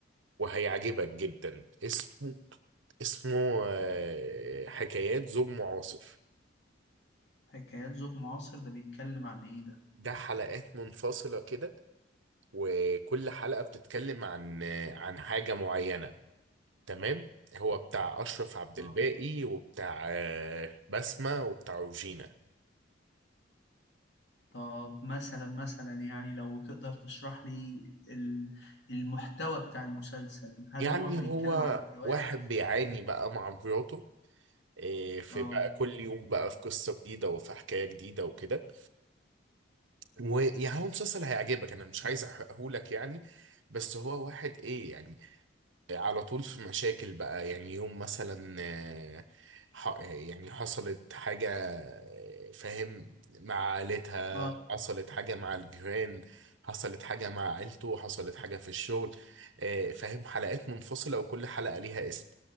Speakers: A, on the right; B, on the left.
A: وهيعجبك جدا اسمه اسمه آه، حكايات زوج معاصر
B: حكايات زوج معاصر ده بيتكلم عن ايه ده
A: ده حلقات منفصلة كده وكل حلقة بتتكلم عن آه، عن حاجة معينة تمام هو بتاع أشرف عبد
B: اه
A: الباقي وبتاع آه، بسمة وبتاع روجينا
B: طب مثلا مثلا يعني لو تقدر تشرح لي ال- المحتوى بتاع المسلسل هل
A: يعني
B: هو بيتكلم
A: هو
B: عن الجواز
A: واحد
B: مثلا
A: بيعاني بقى مع مراته آه، في
B: اه
A: بقى كل يوم بقى في قصة جديدة وفي حكاية جديدة وكده ويعني هو مسلسل هيعجبك أنا مش عايز أحرقهولك يعني بس هو واحد إيه يعني على طول في مشاكل بقى يعني يوم مثلا آه، ح- يعني حصلت حاجة آه، فاهم مع عائلتها
B: اه
A: حصلت حاجة مع الجيران حصلت حاجة مع عيلته حصلت حاجة في الشغل آه، فاهم حلقات منفصلة وكل حلقة ليها اسم